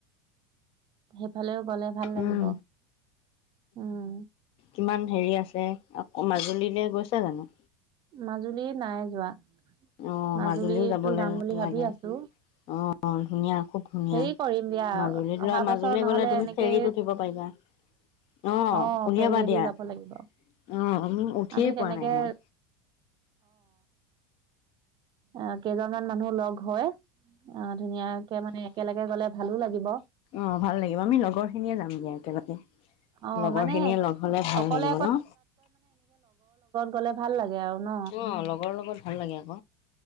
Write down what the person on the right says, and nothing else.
সেইফালেও গ'লে ভাল লাগিব।
উম,
মাজুলীয়ে নাই যোৱা?
মাজুলীতো
যাম বুলি ভাবি
আছো।
হেৰি কৰিম দিয়া
অহা
বছৰ
নহ'লে
এনেকে
অ',
ফেৰীয়েদি
যাব
লাগিব।
আমি
তেনেকে
অ' কেইজনমান মানুহ লগ হয় অ' ধুনীয়াকে মানে একেলগে গ'লে। ভালো লাগিব।
অ',
মানে
অকলে
ক'লে ভাল লাগে। আৰু ন?